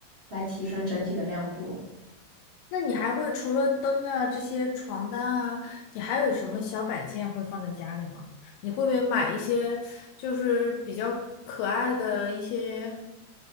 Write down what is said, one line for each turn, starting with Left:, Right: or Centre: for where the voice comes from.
Right: 来提升整体的亮度。
Left: 那你还会除了灯啊这些床单啊，你还有什么小摆件会放在家里吗？你会不会买一些就是比较可爱的一些